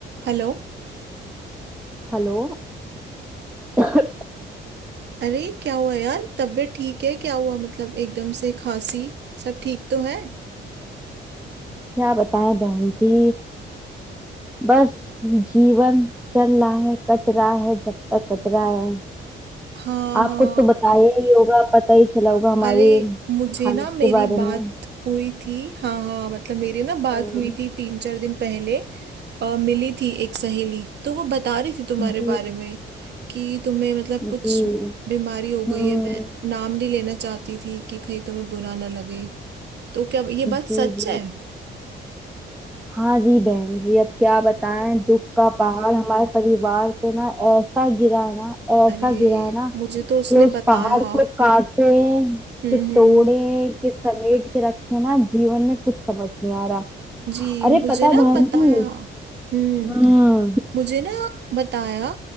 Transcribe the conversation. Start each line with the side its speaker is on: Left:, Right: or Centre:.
Right: Hello
Centre: Hello अरे
Right: अरे क्या हुआ यार तबीयत ठीक है क्या हुआ मतलब एकदम से खांसी सब ठीक तो है
Centre: क्या बताएं बहन जी बस जीवन चल रहा है कट रहा है जब तक कट रहा है
Right: हाँ
Centre: आपको
Right: हाँ
Centre: तो बताया ही होगा पता ही चला होगा हमारी
Right: अरे मुझे
Centre: हालत
Right: ना मेरी
Centre: के बारे
Right: बात
Centre: में
Right: हुई थी हाँ हाँ मतलब मेरी ना बात
Centre: हम्म
Right: हुई थी तीन चार दिन पहले अ, मिली थी एक सहेली तो वो बता रही थी तुम्हारे
Centre: जी
Right: बारे में कि तुम्हें मतलब
Centre: जी
Right: कुछ बीमारी हो गई
Centre: हम्म
Right: है मैं नाम नहीं लेना चाहती थी कि कहीं तुम्हें बुरा ना लगे तो क्या ये
Centre: जी
Right: बात सच
Centre: जी
Right: है
Centre: हाँ जी बहन जी अब क्या बताएं
Right: ओ
Centre: दुख का पहाड़ हमारे परिवार पे ना ऐसा गिरा है ना ऐसा
Right: अरे
Centre: गिरा है ना
Right: मुझे तो उसने
Centre: कि उस
Right: बताया
Centre: पहाड़ को काटे
Right: हम्म
Centre: कि तोड़े कि समेट के रखे ना जीवन में कुछ समझ नहीं आ रहा
Right: जी
Centre: अरे
Right: मुझे
Centre: पता
Right: ना
Centre: बहन
Right: बताया
Centre: जी
Right: हम्म
Centre: हम्म
Right: मुझे ना बताया